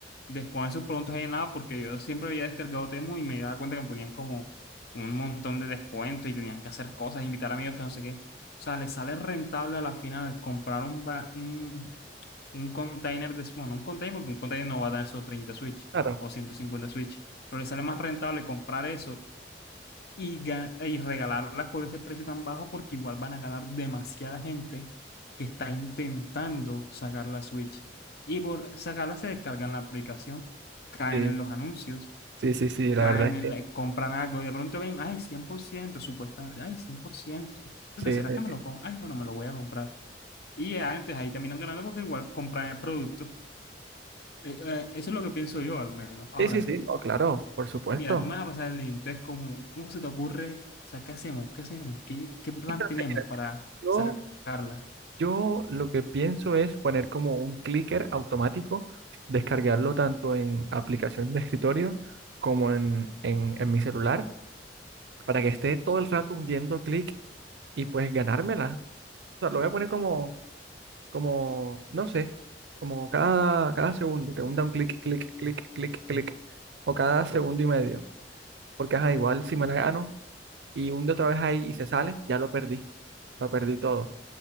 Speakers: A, on the left; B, on the right.
A: de exponer sus productos ahí en la app, porque yo siempre había descargado Temu y me daba cuenta que me ponían como un montón de descuentos y tenían que hacer cosas, invitar amigos que no sé qué. O sea, les sale rentable a la final comprar un, ba- un un container de, bueno, un container, porque un container no va a dar solo 30 Switch
B: Claro.
A: o 150 Switch, pero le sale más rentable comprar eso y, y regalarlas por ese precio tan bajo porque igual van a ganar demasiada gente que está intentando sacar la Switch. Y por sacarla se descargan la aplicación, caen
B: Sí,
A: en los anuncios,
B: sí, sí, sí,
A: caen
B: la verdad es
A: en,
B: que
A: la- compran algo, y de pronto ven, ay, 100% supuestamente, ay, cien por ciento Entonces,
B: sí,
A: ¿será
B: sí.
A: que me lo pongo? Ay, bueno, me lo voy a comprar. Y ya, entonces ahí terminan ganando porque igual compran el producto eh, eh, Eso es lo que pienso yo, al menos. Ahora,
B: Sí, sí, sí, no, claro, por supuesto.
A: mira, tú me vas a pasar el link. Entonces, ¿cómo, cómo se te ocurre? O sea, ¿qué hacemos? ¿Qué hacemos? ¿Qué, qué plan
B: Es que no
A: tenemos
B: sé, mira,
A: para
B: yo
A: sacarla?
B: Yo lo que pienso es poner como un clicker automático, descargarlo tanto en aplicación de escritorio como en, en, en mi celular, para que esté todo el rato hundiendo clic y pues ganármela. O sea, lo voy a poner como, como, no sé, como cada, cada segundo, que hunda un clic, clic, clic, clic, clic, o cada segundo y medio. Porque ajá, igual si me la gano y hunde otra vez ahí y se sale, ya lo perdí, lo perdí todo.